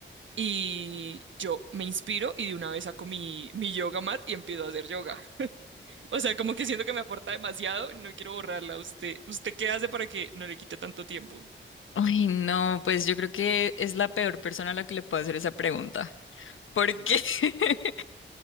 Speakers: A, on the right; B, on the left.
A: y yo me inspiro y de una vez saco mi, mi yoga mat y empiezo a hacer yoga. <laughs> O sea, como que siento que me aporta demasiado, no quiero borrarla. ¿Usted, usted qué hace para que no le quite tanto tiempo?
B: Ay, no, pues yo creo que es la peor persona a la que le puedo hacer esa pregunta. ¿Por qué? <laughs>